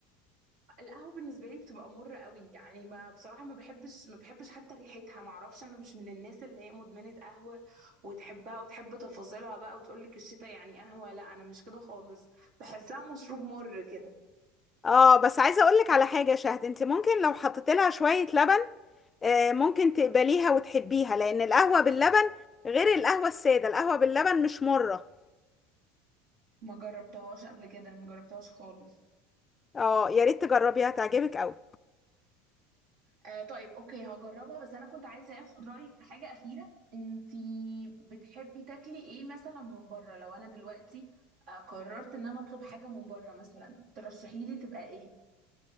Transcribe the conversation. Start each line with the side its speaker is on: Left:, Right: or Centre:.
Right: القهوة بالنسبة لي بتبقى مرة قوي يعني ما بصراحة ما بحبش ما بحبش حتى ريحتها ما اعرفش انا مش من الناس اللي هي مدمنة قهوة وتحبها وتحب تفاصيلها بقى وتقول لك الشتا يعني قهوة لا انا مش كده خالص بحسها مشروب مر كده
Left: اه بس عايزة اقولك على حاجة يا شهد انت ممكن لو حطيت لها شوية لبن آه ممكن تقبليها وتحبيها لان القهوة باللبن غير القهوة السادة القهوة باللبن مش مرة
Right: ما جربتهاش قبل كده ما جربتهاش خالص
Left: اه يا ريت تجربيها تعجبك قوي
Right: آه طيب اوكي هجربها بس انا كنت عايزة اخد رأيك في حاجة أخيرة انتي بتحبي تاكلي ايه مثلا من بره لو انا دلوقتي آه، قررت ان انا اطلب حاجة من بره مثلا ترشحيلي تبقى ايه